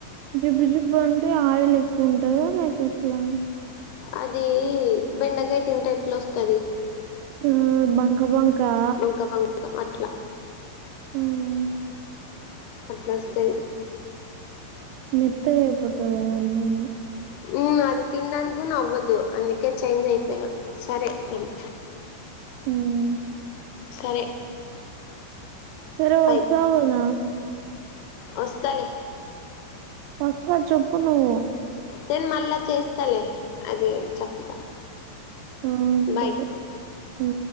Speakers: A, on the right; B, on the left.
A: జిబ్బు జిబ్బు అంటే ఆయిల్ ఎక్కువ ఉంటదా లేక ఎట్లా
B: అది బెండకాయ తింటే ఎట్లొస్తది
A: ఆ బంక బంకా
B: బంక బంక అట్లా
A: హ్మ్
B: అట్లొస్తది
A: మెత్తగా అయిపోతది అన్నేమో
B: హ్మ్ అది తినడానికి అవ్వద్దు అందుకే చేంజ్ అయిపోయినా సరే మరి
A: హ్మ్
B: సరే
A: సరే వస్తావు
B: బాయ్
A: గదా
B: వస్తాలే
A: పక్కా చొప్పు నువ్వు
B: నేను మళ్ళా చేస్తాలే అది చెప్తా
A: ఉ సరే
B: బాయ్
A: ఉ